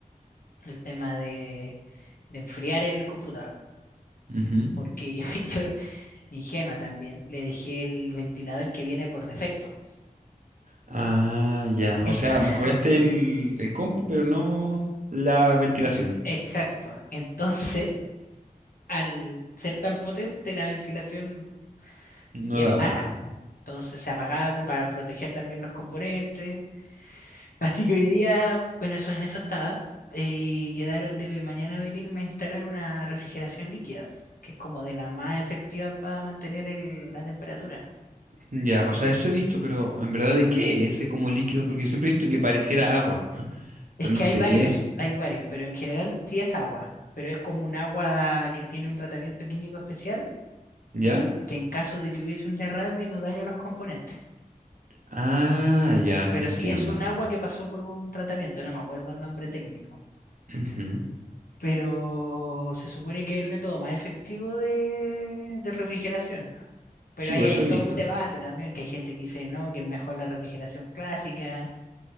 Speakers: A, on the left; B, on the right.
A: el tema de, de enfriar el computador.
B: ujú.
A: Porque <laughs> yo, yo, ingenua también, le dejé el ventilador que viene por defecto.
B: Ah, ya.
A: Entonces,
B: O sea, mejoraste el, el compu, pero no la ventilación.
A: Exacto. Entonces, <laughs> al ser tan potente, la ventilación
B: No
A: bien
B: daba.
A: mala, weón. Entonces se apagaba pues, para proteger también los componentes. <laughs> Así que hoy día, bueno, eso en eso estaba. Y quedaron de mañana venirme a instalar una refrigeración líquida, que es como de la más efectiva para mantener el- la temperatura.
B: Ya, o sea, eso he visto, pero en verdad, ¿de qué es ese como líquido? Porque siempre he visto que pareciera agua,
A: Es
B: pero
A: que
B: no
A: hay
B: sé
A: varios,
B: qué es.
A: hay varios, pero en general sí es agua, pero es como un agua que tiene un tratamiento químico especial
B: ¿Ya?
A: que en caso de que hubiese un derrame no daña los componentes.
B: Ah, ya,
A: pero
B: entiendo.
A: sí es un agua que pasó por un tratamiento, no me acuerdo el nombre técnico.
B: Ujú.
A: Pero se supone que es el método más efectivo de, de refrigeración. Pero
B: Sí,
A: ahí
B: pues
A: hay
B: eso
A: todo
B: he visto.
A: un debate también, que hay gente que dice no, que es mejor la refrigeración clásica.